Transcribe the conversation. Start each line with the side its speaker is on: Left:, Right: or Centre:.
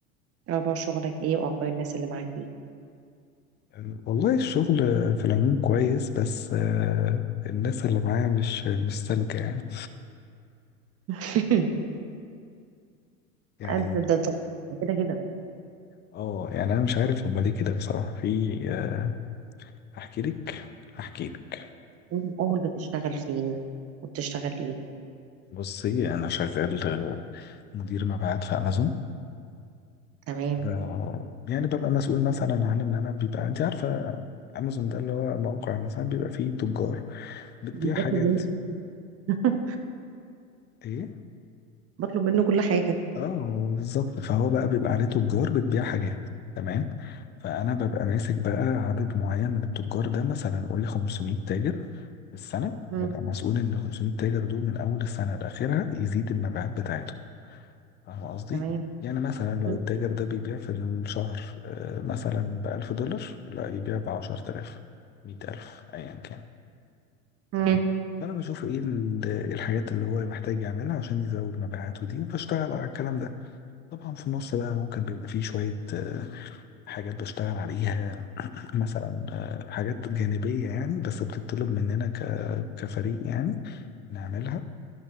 Right: اخبار شغلك ايه واخبار الناس اللي معاك ايه
Left: أه، والله الشغل في العموم كويس بس آه، الناس اللي معايا مش مش سالكة يعني
Right: <laughs>
Left: يعني
Right: قد ده طبعاً. <laughs> كده كده
Left: اه يعني أنا مش عارف هما ليه كده بصراحة في آه، أحكي لك أحكي لك
Right: من اول بتشتغل فين وبتشتغل ايه
Left: بصي أنا شغال آه، مدير مبيعات في أمازون
Right: تمام
Left: ب- يعني ببقى مسؤول مثلا عن إن أنا بيبقى أنت عارفة أمازون ده اللي هو موقع مثلا بيبقى فيه تجار بتبيع
Right: بطلب
Left: حاجات
Right: منه <laughs>
Left: ايه
Right: بطلب منه كل حاجه
Left: اه بالظبط فهو بقى بيبقى عليه تجار بتبيع حاجات تمام فانا ببقى ماسك بقى عدد معين من التجار ده مثلا قولي 500 تاجر في السنه
Right: امم
Left: ببقى مسؤول ان ال 500 تاجر دول من اول السنه لاخرها يزيد المبيعات بتاعته فاهم قصدي
Right: تمام
Left: يعني مثلا لو
Right: مم.
Left: التاجر ده بيبيع في الشهر آه، مثلا ب 1000 دولار لا يبيع ب 10000 100000 ايا كان
Right: مم.
Left: تمام فانا بشوف ايه ال- الحاجات اللي هو محتاج يعملها عشان يزود مبيعاته دي فاشتغل على الكلام ده طبعا في النص بقى ممكن بيبقى فيه شوية آه، حاجات بشتغل عليها مثلا آه، حاجات جانبية يعني بس بتطلب مننا ك- كفريق يعني نعملها